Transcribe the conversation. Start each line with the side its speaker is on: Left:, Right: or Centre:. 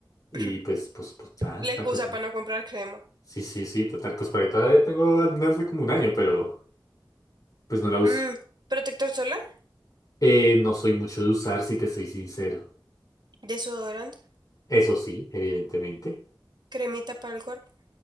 Left: Y
Right: <clears throat>
Left: pues, pues, pues nada,
Right: La excusa
Left: me acostumbré.
Right: para no comprar crema.
Left: Sí, sí, sí, total. Pues por ahí todavía tengo no hace como un año, pero pues no la uso.
Right: Mm, Protector solar,
Left: Eh, no soy mucho de usar, si te soy sincero.
Right: desodorante,
Left: Eso sí, evidentemente.
Right: cremita para el cuerpo.